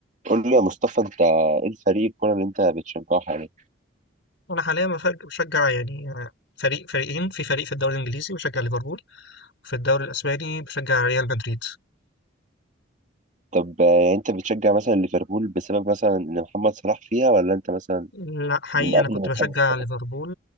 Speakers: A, on the right; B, on the left.
A: قول لي يا مصطفى انت ايه الفريق الكوره اللي انت بتشجعه حاليا
B: انا حاليا بفج- بشجع يعني آه، فريق فريقين في فريق في الدوري الانجليزي بشجع ليفربول وفي الدوري الاسباني بشجع ريال مدريد
A: طب آه، يعني انت بتشجع مثلا ليفربول بسبب مثلا ان محمد صلاح فيها ولا انت مثلا
B: لا حقيقي
A: من قبل
B: انا كنت
A: ما
B: بشجع
A: محمد صلاح
B: ليفربول